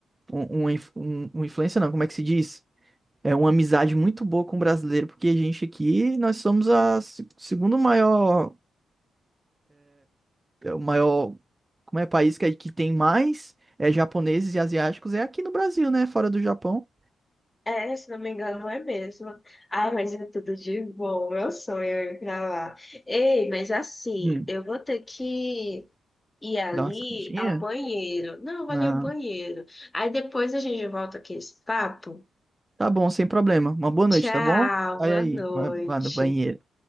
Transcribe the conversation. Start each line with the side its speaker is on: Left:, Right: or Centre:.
Right: um, uma inf- um, uma influência não, como é que se diz? É uma amizade muito boa com o brasileiro, porque a gente aqui, nós somos a se- segundo maior, é o maior, como é, país que, que tem mais é, japoneses e asiáticos, é aqui no Brasil, né? Fora do Japão.
Left: É, se não me engano, não é mesmo. Ai, mas é tudo de bom. Meu sonho é ir pra lá. Ei, mas assim,
Right: Hum,
Left: eu vou ter que ir ali
Right: dá uma saidinha
Left: ao banheiro. Não, eu vou ali
Right: Ah,
Left: ao banheiro. Aí depois a gente volta aqui esse papo.
Right: tá bom, sem problema. Uma boa noite,
Left: Tchau,
Right: tá bom? Vai
Left: boa
Right: aí,
Left: noite.
Right: vai, vai no banheiro.